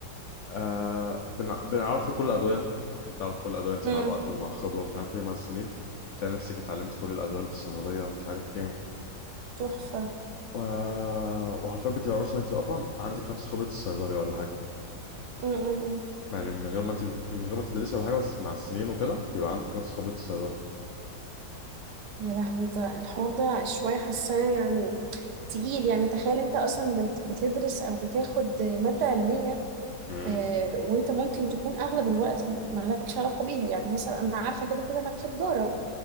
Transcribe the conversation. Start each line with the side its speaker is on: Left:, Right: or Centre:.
Left: آه بنع- بنعرفه كل الادويه بتعرف كل الادويه انت
Right: امم
Left: مع الوقت ومع الخبره ومش عارف ايه مع السنين تلاقي نفسك اتعلمت كل الادويه اللي في الصيدليه ومش عارف ايه
Right: تحفه
Left: و... وحرفيا بتبقى مثلا انت واقفه عندك نفس خبره الصيدلي ولا حاجه
Right: امم
Left: يعني من غير ما انت من غير ما تدرسي ولا حاجه بس مع السنين وكده بيبقى عندك نفس خبره الصيدلي
Right: يا لهوي ده الحوار ده شويه حاساه يعني تقيل يعني تخيل انت اصلا بت- بتدرس او بتاخد ماده علميه
Left: مم.
Right: آه، وانت ممكن تكون اغلب الوقت مالكش علاقه بيها يعني مثلا انا عارفه كده كده انك في تجاره